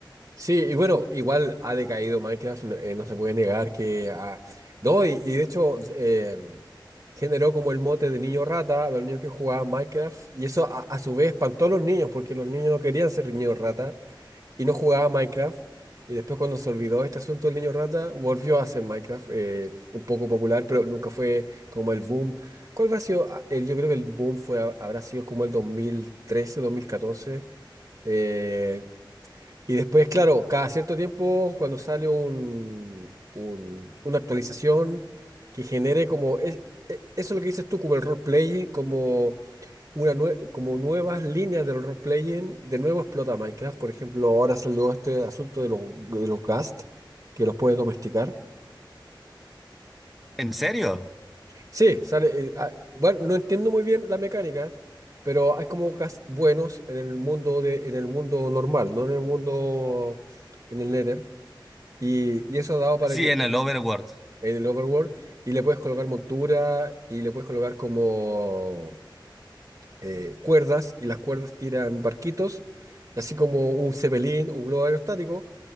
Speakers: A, on the right (about 40°); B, in the centre.
A: Sí, y bueno, igual ha decaído Minecraft, no, eh, no se puede negar que... ha- no, y, y de hecho eh, generó como el mote de niño rata a los niños que jugaban Minecraft, y eso a, a su vez espantó a los niños, porque los niños no querían ser niños rata y no jugaban Minecraft, y después cuando se olvidó este asunto del niño rata, volvió a ser Minecraft, eh, un poco popular, pero nunca fue como el boom. ¿Cuál habrá sido? ah, el- yo creo que el boom fue, habrá sido como el dos dos mil trece dos mil catorce eh, y después, claro, cada cierto tiempo, cuando sale un, un- una actualización que genere como, es- e- eso es lo que dices tú, como el roleplay, como, una nue- como nuevas líneas del roleplay, de nuevo explota Minecraft. Por ejemplo, ahora salió este asunto de los, de los ghast, que los puedes domesticar.
B: ¿En serio?
A: Sí, sale, eh, ah, bueno, no entiendo muy bien la mecánica, pero hay como ghast buenos en el mundo, de, en el mundo normal, no en el mundo, en el Nether. Y, y eso dado para
B: Sí,
A: que
B: en el Overworld.
A: en el overworld y le puedes colocar montura y le puedes colocar como eh, cuerdas y las cuerdas tiran barquitos, así como un cepelín o un globo aerostático.